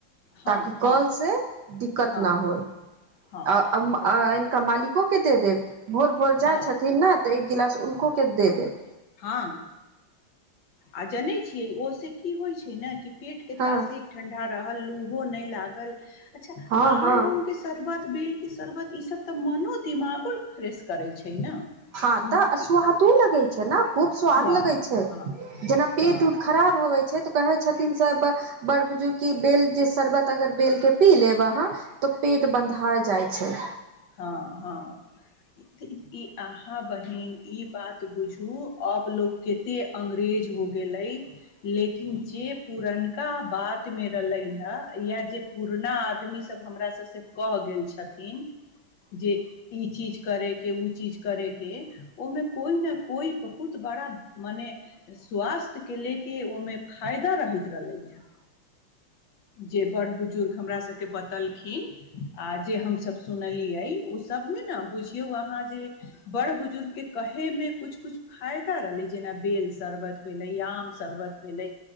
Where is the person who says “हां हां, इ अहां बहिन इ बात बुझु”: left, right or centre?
Left